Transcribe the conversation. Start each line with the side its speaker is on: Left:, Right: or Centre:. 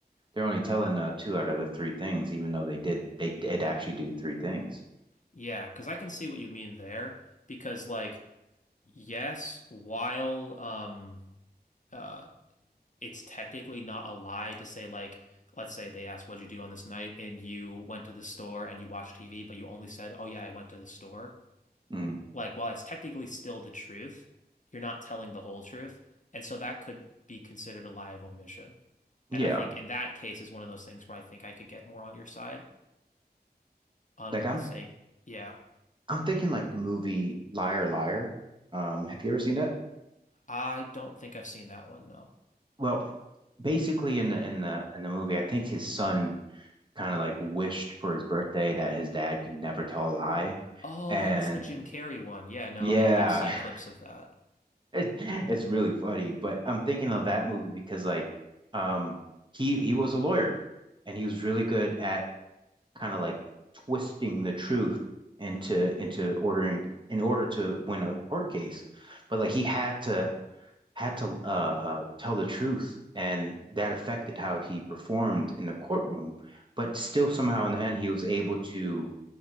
Right: They're only telling uh, two out of the three things, even though they did they did actually do three things.
Left: Yeah, because I can see what you mean there. Because, like, yes, while um, uh, it's technically not a lie to say, like, let's say they asked, what'd you do on this night? And you went to the store and you watched TV, but you only said, oh, yeah, I went to the store.
Right: Mhm.
Left: Like, while it's technically still the truth, you're not telling the whole truth. And so that could be considered a lie of omission.
Right: Yeah,
Left: And I think in that case is one of those things where I think I could get more on your side on
Right: like I'm
Left: saying, yeah,
Right: I'm thinking like the movie Liar Liar. Um, have you ever seen that?
Left: I don't think I've seen that one, no.
Right: Well, basically in the in the in the movie, I think his son kind of like wished for his birthday that his dad could never tell a lie,
Left: Oh,
Right: and
Left: yeah, that's the Jim Carrey one. Yeah, no,
Right: yeah,
Left: I have seen clips of that.
Right: <laughs> it, it's really funny. But I'm thinking of that movie because like, um, he he was a lawyer, and he was really good at kind of like twisting the truth into into ordering in order to win a court case. But like he had to had to uh, uh, tell the truth, and that affected how he performed in the courtroom. But still, somehow
Left: hmm
Right: in the end, he was able to